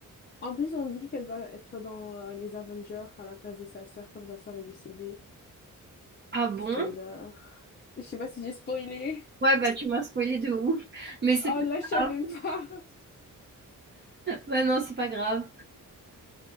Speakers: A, on the left; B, on the right.
A: En plus, on dit qu'elle va être dans euh, les Avengers à la place de sa sœur, comme sa sœur est décédée.
B: Ah bon?
A: Spoiler. Je sais pas si j'ai spoilé.
B: Ouais, bah tu m'as spoilé de ouf. Mais c'est
A: Oh,
B: pas
A: là, je savais
B: grave.
A: pas. <laughs>
B: Bah non, c'est pas grave.